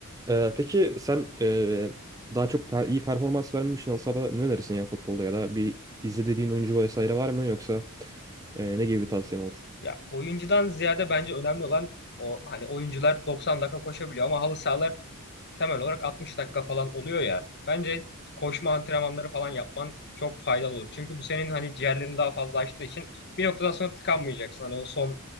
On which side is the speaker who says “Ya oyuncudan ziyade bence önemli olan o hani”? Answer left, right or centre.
Left